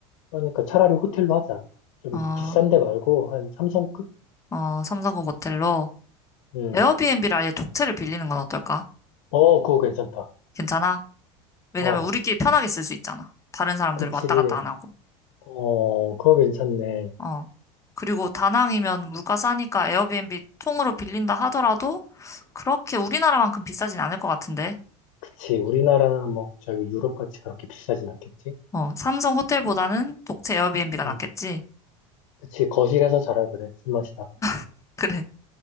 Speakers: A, on the left (about 75°); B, on the left (about 20°).
A: 그러니까 차라리 호텔로 하자. 좀
B: 어.
A: 비싼 데 말고 한 삼성급?
B: 어, 삼성구 모텔로
A: 음.
B: 에어비앤비를 아예 독채를 빌리는 건 어떨까?
A: 어, 그거 괜찮다.
B: 괜찮아? 왜냐면
A: 어,
B: 우리끼리 편하게 쓸 수 있잖아. 다른 사람들
A: 그치.
B: 왔다 갔다 안 하고.
A: 어, 그거 괜찮네.
B: 어. 그리고 다낭이면 물가 싸니까 에어비앤비 통으로 빌린다 하더라도 그렇게 우리나라만큼 비싸진 않을 것 같은데.
A: 그치. 우리나라나 뭐 저기 유럽같이 그렇게 비싸진 않겠지?
B: 어, 삼성 호텔보다는 독채 에어비앤비가
A: 음.
B: 낫겠지?
A: 그치. 거실에서 자라 그래. 술 마시다가.
B: <laughs> 그래.